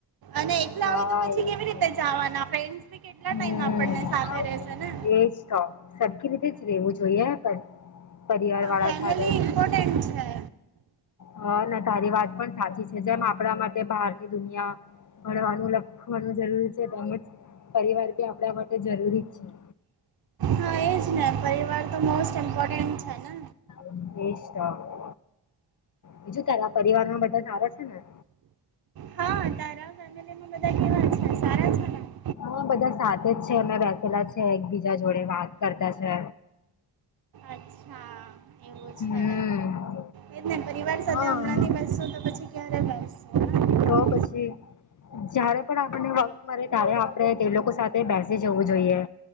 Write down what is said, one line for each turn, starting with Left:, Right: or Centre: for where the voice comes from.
Right: અને એકલા
Left: હા
Right: હોય તો પછી
Left: એ
Right: કેવી
Left: જ
Right: રીતે
Left: તો
Right: જવાના ફન્ડી કેટલા
Left: હમ
Right: ટાઈમ આપ સાથે રશે ને
Left: એજ તો સરખી રીતે જ રહેેવું જોઈએ પણ પરિવારવાળા
Right: ફેનલી
Left: સાથે
Right: મપોર્ટેન્ટ છે
Left: હ ના તારી વાત પણ સાચી છે જેમ આપણા માટે બહારની દુનિયા મળવાનું લખવાનું જરૂરી છે તેમજ પરિવાર બી આપણા માટે જરૂરી છે.
Right: હા એજ ને પરિવાર તો મોસ્ટ ઇમ્પોર્ટેન્ટ છે ને
Left: <inaudible> બીજું તારા પરિવાર માં બધા સારા છે ને
Right: હા તારા પ કેમાં સારા છ.
Left: હા બધા સાથે જ છે અમે બેસેલા છે એકબીજા જોડે વાત કરતા છે.
Right: અચ્છા એવું
Left: <inaudible>
Right: છે એ જ ને પરિવાર સાથે
Left: હા
Right: હમણાં બેસશો તો પછી ક્યારે બેસશે
Left: <inaudible> જયારે પણ આપણને વત મળે ત્યારે આપણે તે લોકો સાથે બેસી જવું જોઈએ